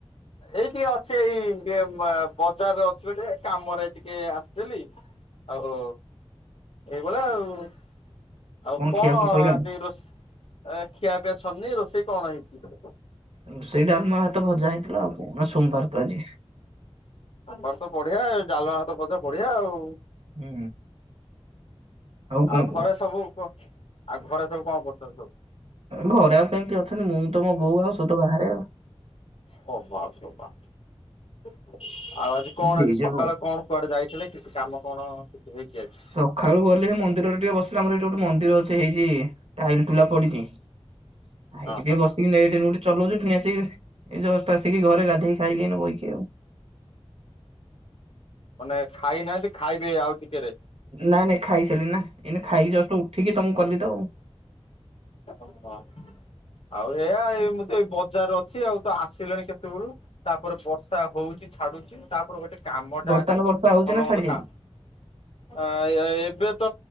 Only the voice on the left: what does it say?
ଏଇ ଟିକେ ଅଛି ଏଇେ ଟିକେ ବେ ବଜାରରେ ଅଛି ବା ଟିକେ କାମରେ ଟିକେ ଆସିିଥିଲି।
ଆ ହୁ। ଏଇଭଳିଆ ଆଉ ଆଉ କଣ
ଆଜି ରୋସ ଏ ଖିଆ ପିଆ ସରିନି ରୋଷେଇ କଣ ହେଇଛି?
ବର୍ ତ ବଢିଆ ଜାଲଣ ହାତ ଭଜା ବଢିଆ ଆଉ।
ଆଉ
ଘରେ ସବୁ କ ଆଉ ଘରେ ସବୁ କଣ କରୁଛନ୍ତି ସବୁ?
ହଭ ଆ ଶଭ ଆଉ ଆଜି କଣ
ଆଜି
ସକାଳେ କଣ କୁଆଡେ ଯାଇଥିଲେ କିଛି କାମ କଣ କିଛି ହେଇଛି ଆଜି?
ହଁ
ହଁ
ମାନେ ଖାଇ ନାହାଁନ୍ତି ସେ ଖାଇବେ ଆଉ ଟିକେ
ଓହୋ ଆଉ ଏଇଆ ମୁଁ ତ ଏଇ ବଜାର ଅଛି ଆଉ ତ ଆସିଲେଣି କେତେବେଳୁ? ତାପରେ ବର୍ଷା ହଉଛି ଛାଡୁଛି ତାପରେ ଗୋଟେ କାମ ଟା
ଅଛି
ଭଲ
ମନ୍ଦ
କା ଆ ଏବେ ତ